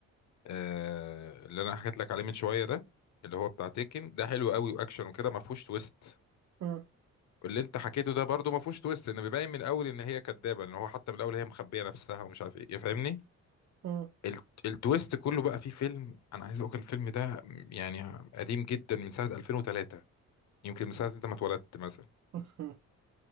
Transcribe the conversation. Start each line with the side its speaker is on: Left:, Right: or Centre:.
Left: آه اللي انا حكيت لك عليه من شويه ده اللي هو بتاع تيكن ده حلو قوي واكشن وكده ما فيهوش تويست
Right: مم،
Left: اللي انت حكيته ده برضو ما فيهوش تويست ان بيبين من الاول ان هي كدابه ان هو حتى من الاول هي مخبيه نفسها ومش عارف ايه يا فاهمني
Right: مم،
Left: الت- التويست كله بقى فيه فيلم انا عايز اقول الفيلم ده يعني قديم جدا من سنه 2003 يمكن من سنه انت ما اتولدت مثلا
Right: <laughs> مم.